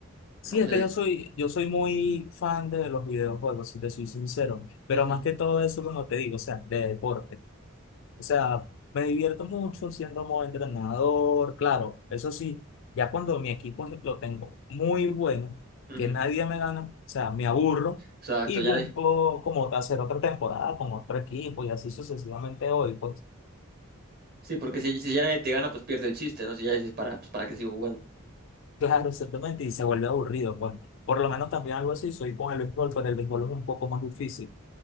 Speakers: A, on the left; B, on the right.
A: Sí,
B: no, pues...
A: es que
B: eh,
A: yo soy, yo soy muy fan de los videojuegos, si te soy sincero, pero
B: ujú,
A: más que todo eso, como te digo, o sea, de deporte. O sea, me divierto mucho siendo modo entrenador, claro, eso sí, ya cuando mi equipo es- lo tengo muy bueno,
B: ujú.
A: que nadie me gana, o sea, me aburro
B: Exacto,
A: y
B: ya...
A: busco
B: nadie-
A: como hacer otra temporada con otro equipo y así sucesivamente hoy, pues,
B: Sí, porque si, si ya nadie te gana, pues pierde el chiste, ¿no? Si ya dices, para, pues, ¿para qué sigo jugando?
A: <laughs> claro, exactamente, y se vuelve aburrido, pues. Por lo menos también algo así, soy con el béisbol, pero el béisbol es un poco más difícil.